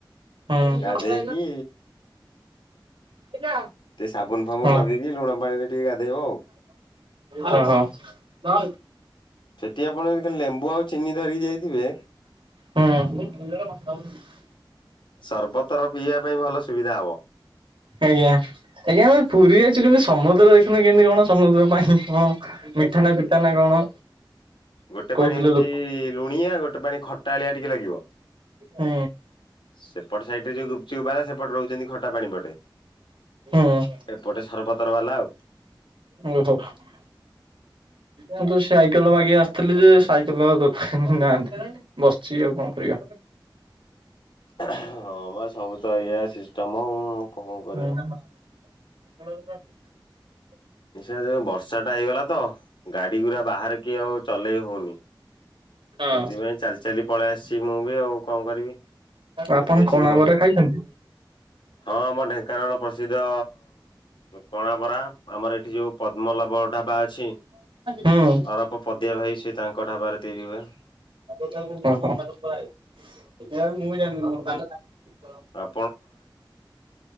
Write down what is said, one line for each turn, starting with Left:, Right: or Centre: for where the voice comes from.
Right: ହୁଁ
Left: ଗାଧେଇକି
Right: ହେଲା
Left: ଟିକେ ସାବୁନ ଫାବୁନ
Right: ହଁ
Left: ଲଗେଇକି ଲୁଣ ପାଣିରେ ଟିକେ ଗାଧେଇବ ଆଉ।
Right: ଓ ହୋ।
Left: ଠି ଆପଣ ଯଦେ ଲେମ୍ବୁ ଆଉ ଚିନି ଧରିକି ଯାଇଥିବେ
Right: ହୁଁ।
Left: ସର୍ବତର ପିଇବା ପାଇଁ ଭଲ ସୁବିଧା ହବ।
Right: ଆଜ୍ଞା ଆଜ୍ଞା ଆମେ ପୁରୀ ଯାଇଛୁ କେମତି ସମୁଦ୍ର ଦେଖୁିନୁ କେମିତି କଣ ସମୁଦ୍ର ପାଣି କଣ? ମିଠାନା ପିତା ନା କଣ?
Left: ଗୋଟେ
Right: କହୁଥିଲେ
Left: ପାଣି ହଉଛି
Right: ଲୋକ
Left: ଲୁଣିଆ ଗୋଟେ ପାଣି ଖଟା ଆଳିଆ ଟିକେ ଲାଗିବ।
Right: ହୁଁ।
Left: ସେପଟେ ସାଇଟିରେ ଯୋଉ ଗୁପଚୁପ୍ ବାଲା ସେପଟେ ରହୁଛନ୍ତି ଖଟା ପାଣି ପଟେ।
Right: ହୁଁ
Left: ଏପଟେ ସରବତ ଉପର ବାଲା ଆଉ।
Right: ଓହୋ <unintelligible> ମୁଁ ତ ସାଇକେଲ ମଗି ଆସିଥିଲି ଯେ ସାଇକେଲ ଦୋକାନ ନାହାନ୍ତି ବସିଛି। ପି ଆଉ କଣ କରିବା।
Left: ହଁ ବା ସବୁ ତ ଏଇଆ ସିଷ୍ଟମ ଆଉ। କଣ
Right: ହଁ
Left: କରିବା।
Right: <unintelligible>
Left: ନିଶା ଯୋଉ ବର୍ଷାଟା ହେଇଗଲା ତ ଗାଡିଗୁଡ଼ା ବାହାରିକି ଆଉ ଚଲେଇ ହଉନି।
Right: ହୁଁ
Left: ସେଇଥିପାଇଁ ଚାଲି ଚାଲି ପଳେଇ ଆସିଛି ମୁଁ ବି ଆଉ କଣ କରିବି
Right: ଆପଣ
Left: ଏ ଦେଶିକି
Right: କଣା
Left: ବସ
Right: ବରା ଖାଇଛନ୍ତି?
Left: ହଁ ଆମ ଢେଙ୍କାନାଳ ପ୍ରସିଦ୍ଧ କଣ ବରା ଆମର ଏଠି ଯୋଉ ପଦ୍ମ ମଲବ ଢାବା ଅଛି
Right: ହୁଁ।
Left: ଅରବ ପଦଆ ଭାଇ ସେ ତାଙ୍କ ଢାବାରେ ତିଆରି ହୁଏ।
Right: ଆ ଟୋ <unintelligible> ଏଇ ମୁଁ ଜାଣିନି ଶାଙ୍ଗ ଟା
Left: ଆପ